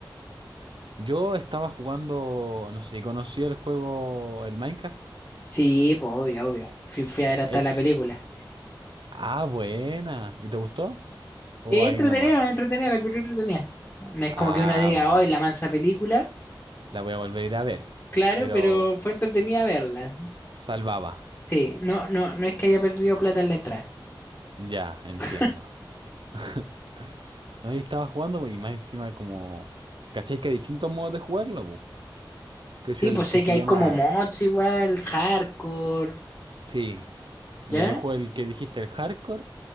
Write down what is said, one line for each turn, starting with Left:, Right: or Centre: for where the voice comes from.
Right: Yo estaba jugando, no sé si conocía el juego, el Minecraft.
Left: Sí, pues obvio, obvio. Fui, fui a
Right: Ya,
Left: ver hasta
Right: es.
Left: la película.
Right: Ah, buena. ¿Y te gustó? ¿O
Left: Sí,
Right: ahí
Left: entretenida,
Right: nomás?
Left: entretenida, la encontré entretenida. No es
Right: Ah,
Left: como que uno diga,
Right: buena.
Left: hoy la mansa película,
Right: La voy a volver a ir a ver.
Left: claro,
Right: Pero
Left: pero fue entretenida verla.
Right: salvaba.
Left: Sí, no, no, no es que haya perdido plata en la entrada.
Right: Ya, entiendo.
Left: <laughs>
Right: <laughs> No, ahí estaba jugando po, y más encima como. ¿Cachai que hay distintos modos de jugarlo, po? Que es
Left: Sí,
Right: el
Left: pues sé
Right: que se
Left: que hay
Right: llama.
Left: como mods igual, hardcore,
Right: Sí. Mira,
Left: ¿ya?
Right: yo juego el que dijiste, el hardcore.